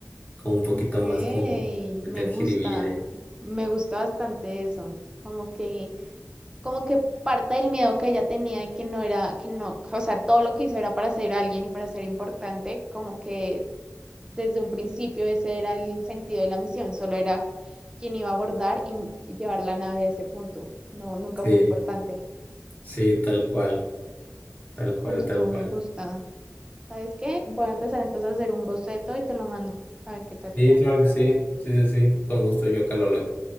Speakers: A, on the left; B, on the right.
A: Como un poquito
B: Ok,
A: más como meter
B: me gusta,
A: jiribilla ahí.
B: me gusta bastante eso. Como que, como que parte del miedo que ella tenía de que no era, que no, o sea, todo lo que hizo era para ser alguien y para ser importante, como que desde un principio ese era el sentido de la misión, solo era quien iba a abordar y y llevar la nave a ese punto. No, nunca
A: Sí,
B: fue importante.
A: sí, tal cual, tal cual,
B: Justo,
A: tal
B: me
A: cual.
B: gusta. ¿Sabes qué? Voy a empezar entonces a hacer un boceto y te lo mando. A ver qué tal
A: Sí,
B: queda.
A: claro que sí. Sí, sí, sí. Con gusto yo acá lo leo.